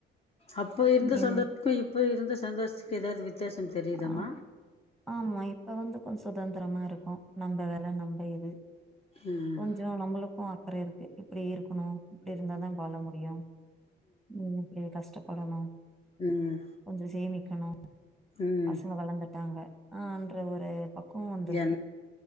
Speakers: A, on the left (about 30°); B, in the centre.
A: அப்ப இருந்த
B: எங்
A: சொந்தத்துக்கு இப்ப இருந்தஸ் சந்தோஷத்துக்கு எதாவது வித் வித்தியாசோ தெரியுதாமா
B: ஆ ஆமா இப்ப வந்து கொஞ்சோ சுதந்துரமா இருக்கோ நம்ப வேல நம்ப இது
A: ம்
B: கொஞ்சோ நம்மளுக்கு அக்கற இருக்கு இப்புடி இருக்கணு இப்புடி இருந்தாதா வாழ முடியு ம் இப்புடி கஷ்டப் படணு
A: ம்
B: கொஞ்சோ சேமிக் கனு
A: ம்
B: பசங்க வளந்த டாங்க ஆன்ற ஒரு பக் குவோ வந்துருக்கு
A: என்